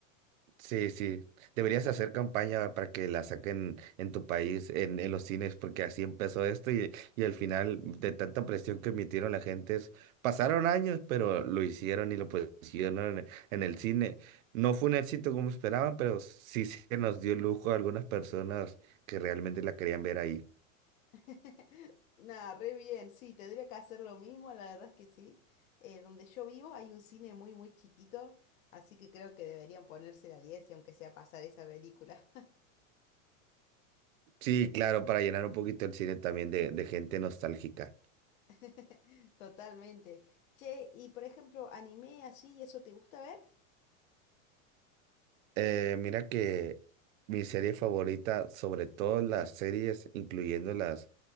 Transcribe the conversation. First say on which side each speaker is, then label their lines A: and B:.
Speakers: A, on the right; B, on the left.
A: Sí, sí, deberías hacer campaña para que la saquen en tu país, en, en los cines, porque así empezó esto y, y al final de tanta presión que emitieron la gente, es- pasaron años, pero lo hicieron y lo pusieron en, en el cine. No fue un éxito como esperaban, pero sí se nos dio lujo a algunas personas que realmente la querían ver ahí.
B: <laughs> Nada, re bien, sí, tendría que hacer lo mismo, la verdad es que sí. Eh, donde yo vivo hay un cine muy, muy chiquito, así que creo que deberían ponerse la diez y aunque sea pasar esa película.
A: Sí, claro, para llenar un poquito el cine también de, de gente nostálgica.
B: <laughs> Totalmente. Che, y por ejemplo, anime así, ¿y eso te gusta ver?
A: Eh, mira que mi serie favorita, sobre todo las series, incluyendo las,